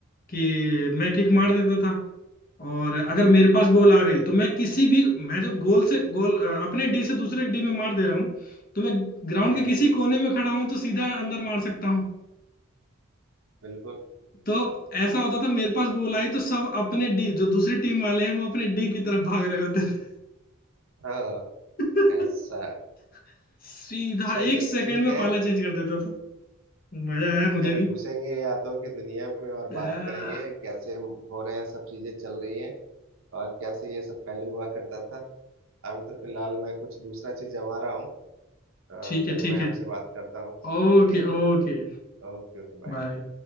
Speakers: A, on the left; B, on the right.
A: कि मैं किक
B: हम्म
A: मार देता था और अगर मेरे पास बॉल आ गई तो मैं किसी भी मैं जब गोल से गोल अ, अपने डी से दूसरे डी में मार दे रहा हूँ तो मैं ग्राउंड
B: हम्म
A: के
B: हम्म,
A: किसी कोने में खड़ा हूँ तो सीधा अंदर मार सकता हूँ
B: बिल्कुल
A: तो ऐसा होता था मेरे पास बॉल आई तो सब अपने डी जो दूसरी टीम वाले हैं वो अपने डी की तरफ भाग रहे होते थे
B: हाँ
A: <laughs>
B: ऐसा
A: सीधा
B: चलिए
A: एक सेकंड
B: ठीक
A: में
B: है
A: पाला चेंज कर देता मजा आया मुझे
B: फिर
A: भी
B: घुसेंगे यादों की दुनिया में और
A: आ,
B: बात करेंगे कैसे हो रहे हैं सब चीजें चल रही हैं और कैसे ये सब पहले हुआ करता था अभी तो फिलहाल मैं कुछ दूसरा चीज जमा रहा हूँ अ,
A: ठीक
B: फिर
A: है ठीक
B: मैं
A: है
B: आपसे बात करता हूँ
A: ओके
B: ठीक है
A: ओके
B: ओके ओके बाय
A: बाय